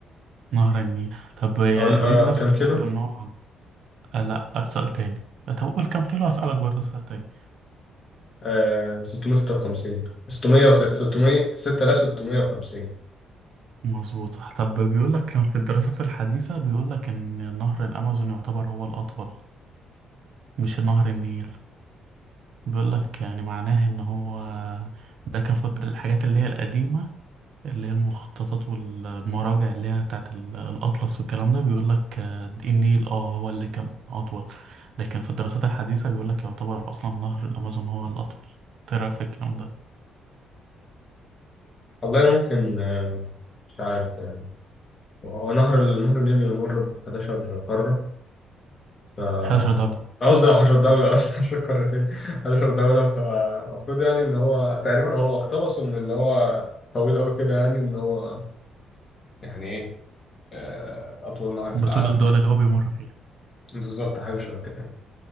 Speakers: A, on the right; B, on the left.
A: نهر النيل طب ليه
B: أقول آه
A: الناس
B: كام
A: بتفتكر
B: كيلو؟
A: إن هو آه، لأ أسأل تاني طب قول كام كيلو هسألك برضه سؤال تاني
B: آه 656 600 600 6650
A: مظبوط صح طب بيقول لك كان في الدراسات الحديثة بيقول لك إن نهر الأمازون يعتبر هو الأطول مش نهر النيل بيقول لك يعني معناه إن هو ده كان في الحاجات اللي هي القديمة اللي هي المخططات والمراجع اللي هي بتاعت ال- الأطلس والكلام ده بيقول لك آه، النيل اه هو اللي كان أطول لكن في الدراسات الحديثة بيقول لك يعتبر أصلا نهر الأمازون هو الأطول إيه رأيك في الكلام ده؟
B: والله ممكن آه مش عارف يعني هو نهر ال- نهر النيل بيمر ب 11 قارة ف
A: 11 دولة
B: قصدي 10 دولة قصدي <laughs> 10 قارتين 11 دولة فالمفروض يعني إن هو تقريبا هو اقتبسه من اللي هو طويل أوي كده يعني إن هو يعني إيه آه، أطول نهر في
A: بطول
B: العالم
A: الدول
B: يعني
A: اللي هو بيمر فيها
B: بالظبط حاجة شبه كده يعني.